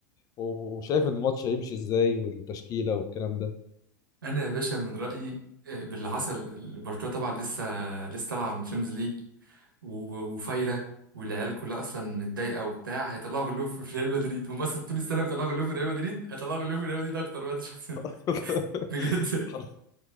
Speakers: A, on the left; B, on the right.
A: وشايف ان الماتش هيمشي ازاي والتشكيلة والكلام ده
B: انا يا باشا من رايي آه، باللي حصل برشلونه طبعا لسه لسه طالعه من تشامبيونز ليج و- وفايره والعيال كلها اصلا متضايقه وبتاع هيطلعوا غلوب في ريال مدريد هم اصلا طول السنه بيطلعوا غلوب في ريال مدريد هيطلعوا غلوب في ريال مدريد اكتر بقى الشخص ده
A: <laughs>
B: <laughs> بجد
A: حرف